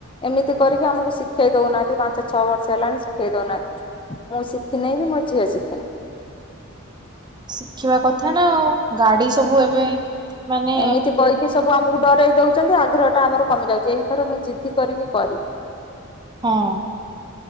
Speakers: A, on the left; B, on the right.
A: ଏମିତି କରିକି ଆମକୁ ଶିଖେଇ ଦଉନାହାନ୍ତି ବା ଆଚଛ ଛଅ ବର୍ଷ ହେଲାଣି ଶିଖେଇ ଦଉନାହାନ୍ତି ମୁଁ ଶିଖିିନହିଁ କି ମୋ ଝିଅ ଶିଖିନି।
B: ଶିଖିବା କଥା ନା ଆଉ ଗାଡି ସବୁ ଏବେ। ମାନେ
A: ଏମିତି କହିକି ସବୁ ଆମକୁ ଡରେଇ ଦଉଛନ୍ତି, ଆଗ୍ରହଟା ଆମର କମି ଯାଉଛି ଏଇଥର ମୁଁ ଜିତି କରିକି କରିବି।
B: ହଁ।